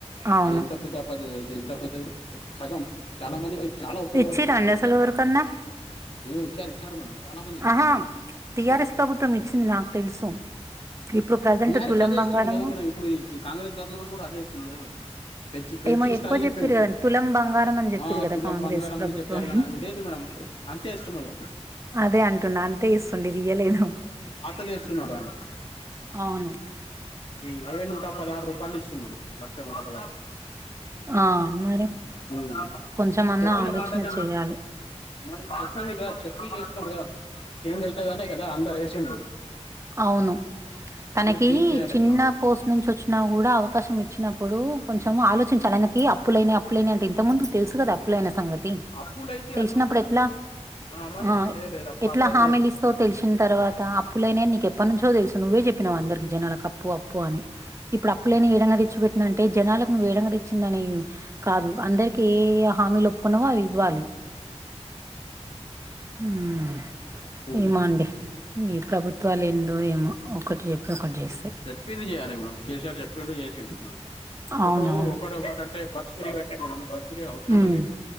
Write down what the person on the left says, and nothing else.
అది ఎంత పెద్ద పది ఐతే ఎంత పెద్దది సగం చాలా మందికి చాలా ఉపయోగపడుతది
<inaudible>
మ్ ఇచ్చారు ఇచ్చారు మేడం చాలా మందికి ఇచ్చారు
ఉమ్
బీ ఆర్
ఎస్ అదే
ఇస్తుంది కదా మేడ ఇప్పుడు కాంగ్రెస్ గవర్నమెంట్ కూడా అదే ఇస్తుంది కదా మేడమ్ పెంచి పెంచిస్తానని
చెప్పిండు
ఆ
తులం
బంగారం
అని చెప్పారు గాని అది లేదు మేడం అంతే ఇస్తున్నడు
పాతదే ఇస్తున్నాడు ఆయన
హ్మ్ అవే నూట పదహారు రూపాయలు ఇస్తున్నాడు లాక్ష నూట పదహారు
ఉమ్
చెప్పిన
మాట కన్న
<unintelligible> చెప్పి చేస్తుండూగా చేంజ్ ఐతదనే కదా అందరు ఎసిండ్రు
చేంజ్ చేయాలి
కదా
అప్పులైతే
అన్నిటి
ఆ మరి
చేయలేదు అప్పుడు
అప్పుడైతే
ఉమ్
చెప్పింది చేయాలి మనం కేసీఆర్ చెప్పిండు చేసిండు పన్లు
ఇప్పుడు ఒకటి ఒకటింటే బ స్సు ఫ్రీ పెట్టిండు మేడం బస్సు ఫ్రీ అవసరం
లేదు